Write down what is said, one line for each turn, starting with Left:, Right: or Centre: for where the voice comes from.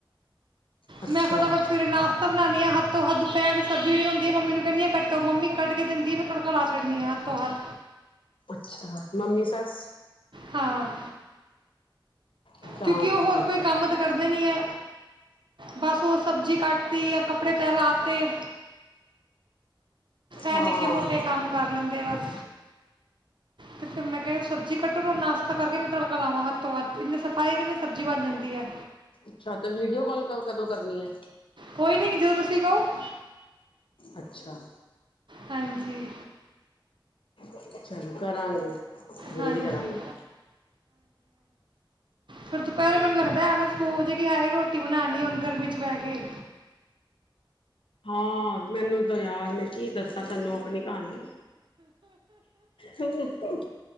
Left: ਅੱਛਾ
Right: ਮੈਂ ਫਟਾਫਟ ਸਵੇਰੇ ਨਾਸ਼ਤਾ ਬਣਾਣੀ ਆਂ, ਹੱਥੋ-ਹੱਥ ਦੁਪੈਰ ਸਬਜ਼ੀ ਜਿਹੜੀ ਹੁੰਦੀ ਏ ਮੰਮੀ ਨੂੰ ਕੈੰਣੀ ਆ ਕੱਟੋ ਮੰਮੀ ਕੱਟ ਕੇ ਦਿੰਦੀ ਏ ਮੈਂ ਤੜਕਾ ਲਾ ਛੱਡਣੀ ਆ ਹੱਥੋ-ਹੱਥ।
Left: ਅੱਛਾ, ਮੰਮੀ ਸੱਸ।
Right: ਹਾਂ।
Left: ਅੱਛਾ
Right: ਕਿਉਂਕਿ
Left: ਹਾਂ
Right: ਔ
Left: ਤੁਸੀਂ
Right: ਹੋਰ
Left: ਦੱਸਿਆ
Right: ਕੋਈ ਕੰਮ ਤਾਂ ਕਰਦੇ ਨੀ ਐ, ਬਸ ਔ ਸਬਜ਼ੀ ਕੱਟਤੀ ਯਾ ਕੱਪੜੇ ਤੈ ਲਾਤੇ। ਐ
Left: ਹਾਂ
Right: ਨਿੱਕੇ-ਮੋਟੇ ਕੰਮ ਕਰ ਲੈਂਦੇ ਬਸ। ਤੇ ਫੇਰ ਮੈਂ ਕਿਐ ਸਬਜ਼ੀ ਕੱਟ ਦੋ ਨਾਸ਼ਤਾ ਕਰਕੇ ਮੈਂ ਤੜਕਾ ਲਾਵਾਂ ਹੱਥੋ-ਹੱਥ, ਇੰਨੇ ਸਬ ਆਏ ਕੈਂਦੇ ਸਬਜ਼ੀ ਬਣ ਜਾਂਦੀ ਐ।
Left: ਅੱਛਾ ਤੇ ਵੀਡੀਓ ਕਾਲ ਕ ਕਦੋਂ ਕਰਨੀ ਹੈ?
Right: ਕੋਈ ਨੀ ਜਦੋ ਤੁਸੀਂ ਕਔ। <inaudible>
Left: ਅੱਛਾ।
Right: ਹਾਂਜੀ।
Left: <inaudible> ਚਲੋ ਕਰਾਂਂਗੇ, ਜਲਦੀ
Right: ਹਾਂਜੀ
Left: ਕਰਾਂਗੇ।
Right: ਫੇਰ ਦੁਪਹਿਰੇ ਮੈਨੂੰ ਲੱਗਦੈ ਆਲਸ ਦੋ ਹੋਜੇਗੀ, ਹਾਏ ਰੋਟੀ ਬਣਾਣੀ ਹੁਣ ਗਰਮੀ ਚ ਬੈਹ ਕੇ।
Left: ਹਾਂ, ਮੈਨੂੰ ਤਾਂ ਯਾਰ ਮੈਂ ਕੀ ਦੱਸਾਂ ਤੈਨੂੰ ਅਪਣੀ ਕਹਾਣੀ, ਹੋ ਹੋ ਹੋ।